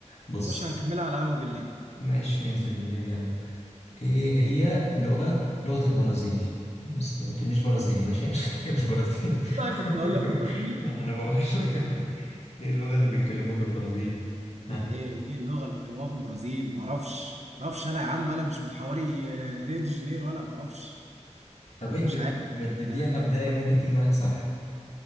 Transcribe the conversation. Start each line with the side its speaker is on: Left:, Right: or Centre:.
Left: بص
Right: مش هنكملها على قهوه بالليل
Left: ماشي ننزل بالليل يا عم إيه هي لغة لغة البرازيل بص ما تقوليش برازيلي ماشي <laughs> عشان هي مش برازيلي
Right: <laughs> بقى كنت اقول
Left: <laughs>
Right: لك برازيل
Left: لا أنا بقول <laughs> إيه اللغة اللي بيتكلموها في البرازيل ها
Right: ايه ايه ايه اللغه اللي بيتكلموها في البرازيل ما اعرفش ما اعرفش انا يا عم انا مش من حواري آه، ريو دي جانيرو انا ما اعرفش
Left: طب إيه
Right: مش
Left: بت-
Right: عارف
Left: ما تديها
Right: آه،
Left: بداية ممكن تيجي معاك صح